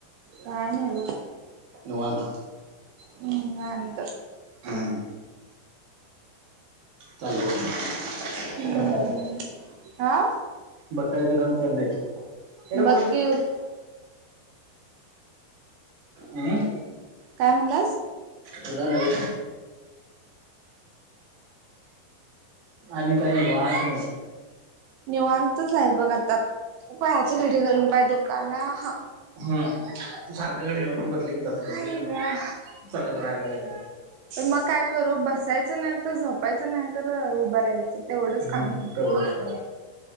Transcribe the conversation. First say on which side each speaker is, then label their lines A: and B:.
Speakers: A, on the right (about 90°); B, on the right (about 50°).
A: काय नाही ओ
B: निवांत
A: ह निवांत.
B: हम्म चालाय काम
A: हम्म
B: बसायचं
A: हा
B: बसायचं काम चाललंय. याला कुठं
A: बघ
B: ठेवू
A: की
B: आम्
A: काय म्हणलास
B: तुला नाही. आणि काय निवांत
A: निवांतच आहे बघ आता पायाची घडी घालून पाय दुकाला हा?
B: हम तू सारखं घडी घालून बसले की तस होतय
A: आहे ग
B: चालत राहायला पाहिजे.
A: मग काय करू बसायचं नाही तर, झोपायचं नाही तर, उभं राहायचं तेवढंच
B: हम्
A: काम आहे
B: तेवढंच का?